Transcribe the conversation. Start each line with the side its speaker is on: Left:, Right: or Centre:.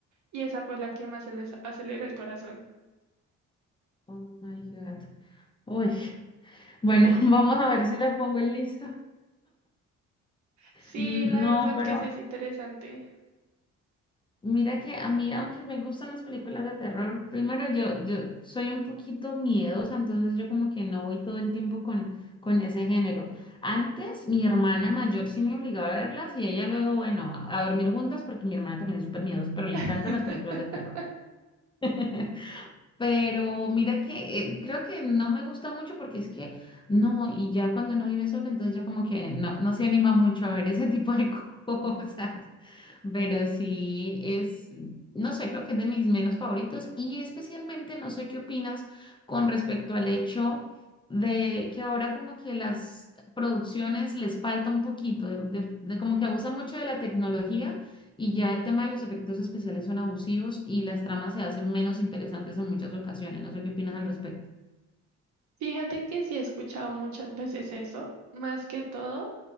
Right: y esa fue la que más se les aceleró el corazón.
Left: Oh my God. Uy. Bueno,
Right: Sí.
Left: <laughs> vamos a ver si la pongo en lista.
Right: Sí,
Left: Mm,
Right: la
Left: No,
Right: verdad
Left: pero
Right: que sí es interesante.
Left: Mira que a mí, aunque me gustan las películas de terror, primero yo, yo soy un poquito miedosa, entonces yo como que no voy todo el tiempo con, con ese género. Antes mi hermana mayor sí me obligaba a verlas y ella luego, bueno, a, a dormir juntas porque mi hermana también es súper miedosa, pero le
Right: <laughs>
Left: encantan las películas de terror. <laughs> Pero mira que eh, creo que no me gusta mucho porque es que no, y ya cuando no vive solo, entonces ya como que no, no se anima mucho a ver ese tipo de <laughs> cosas pero sí es, no sé, creo que es de mis menos favoritos y especialmente no sé qué opinas con respecto al hecho de que ahora como que las producciones les falta un poquito, de, de- de como que abusan mucho de la tecnología y ya el tema de los efectos especiales son abusivos y las tramas se hacen menos interesantes en muchas ocasiones. No sé qué opinas al respecto.
Right: Fíjate que sí he escuchado muchas veces eso, más que todo